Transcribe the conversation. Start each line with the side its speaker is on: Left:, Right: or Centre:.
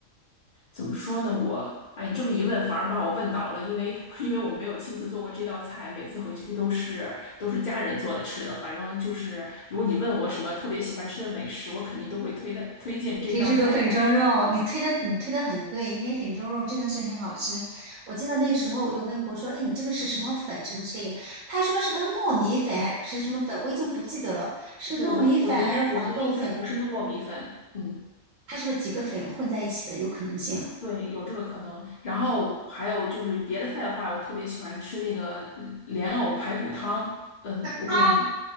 Left: 怎么说呢？我哎，你这么一问，反而把我问倒了，因为 <laughs> 因为我没有亲自做过这道菜，每次回去都是都是家人做的吃的。反正就是如果你问我什么特别喜欢吃的美食，我肯定都会推的推荐这道菜。
Right: 其实这个粉蒸肉，
Left: 但。
Right: 你推的你推的很对，因为粉蒸肉真的是很好吃。我记得那时候我有问过说，哎，你这个是什么粉什么之类的他说什么糯米粉还是什么粉，我已经不记得了，是糯米粉还是黄豆粉？
Left: 对，我我觉得我觉得应该不是糯米粉，嗯，
Right: 它是不是几个粉混在一起的？有可能性啊！
Left: 对，有这个可能。然后还有就是别的菜的话，我特别喜欢吃那个嗯莲藕排骨汤，嗯，我不知道你
Right: 啊，